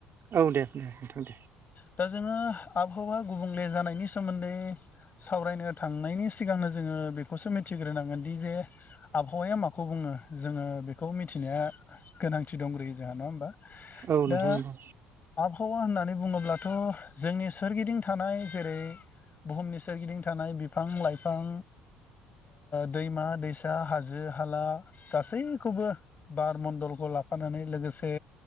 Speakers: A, on the right; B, on the left.
A: औ दे दे नोंथां दे।
B: दा जोङो आबहावा गुबुंले जानायनि सोमोन्दै सावरायनो थांनायनि सिगांनो जोङो बे खौसो मिथिग्रोनांगोन दि जे आबहावाया मा? खौ बुङो जोङो बेखौ मिथिनाया गोनांथि दंग्रोयो जोंहा नङा होमबा
A: औ नोंथां
B: दा
A: नंगौ
B: आबहावा होननानै बुङोब्लाथ' जोंनि सोरगिदिं थानाय जेरै बुहुमनि सोरगिदिं थानाय बिफां लाइफां। दैमा दैसा हाजो हाला गासै। खौबो बार मन्डलखौ लाफानानै लोगोसे